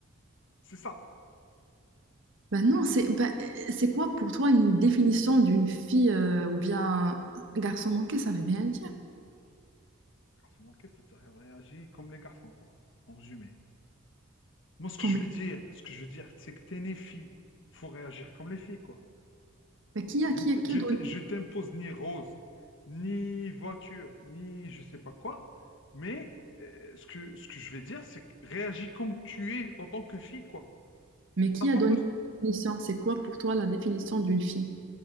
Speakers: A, on the left (about 65°); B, on the right (about 65°).
A: C'est ça.
B: ben non, c'est ben, euh, c'est quoi pour toi une définition d'une fille euh, ou bien un garçon manqué, ça veut rien dire.
A: Les garçons manquaient, c'est-à-dire qu'elle réagit comme les garçons, quoi. En résumé. Moi, ce
B: Comme,
A: que je veux dire, ce que je veux dire, c'est que t'es né fille. Faut réagir comme les filles, quoi.
B: ben, qui a,
A: Je,
B: qui a, qui
A: je
B: a donné,
A: t- je t'impose ni rose, ni voiture, ni je sais pas quoi. Mais euh, ce que, ce que je vais dire, c'est que réagis comme tu es en tant que fille, quoi.
B: mais qui
A: T'as pas
B: a donné
A: besoin.
B: cette définition? C'est quoi pour toi la définition d'une fille?